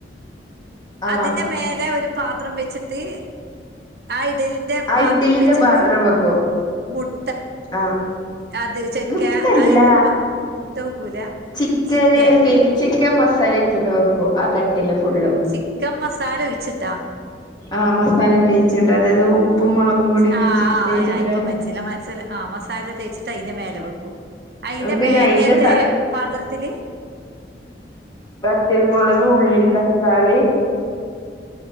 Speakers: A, on the left (about 25°); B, on the right (about 60°).
A: ആഹ്
B: അതിന്റെ മേലെ ഒരു പാത്രം വെച്ചിട്ട് ആ ഇഡ്ഡലി ന്റെ
A: ആ
B: പാത്രം
A: ഇഡ്ഡലിന്റെ
B: വെച്ചിട്ട്
A: പാത്രം വെക്കും
B: മുട്
A: ആഹ്
B: അത് ഉച്ചക്ക
A: മുട്ടല്ല
B: അയില് വെ മൊത്തം വെക്കൂല
A: ചിക്കന്
B: ചിക്കൻ
A: പിന്നെ ചിക്കൻ മസാലയിട്ടിട്ട് വെക്കും ആ തട്ടില് ഫുള്ളും
B: ചിക്കൻ മസാല ഒഴിച്ചിട്ടാ
A: ആഹ് മസാല തേച്ചിട്ട് അതായത് ഉപ്പും, മുളകും പൊടിയും
B: ആഹ്
A: വെച്ച് തേച്ചിട്ട്
B: ആഹ് ഇപ്പൊ മനസ്സിലായി ആഹ് മസാല തേച്ചിട്ട് അതിന്റെ മേലെ വെക്കും അയിന്റെ
A: പിന്നെ
B: മേലെത്തെ
A: അയിന്റെ ത
B: പാത്രത്തില്
A: വറ്റൽമുളക് ഉള്ളി തക്കാളി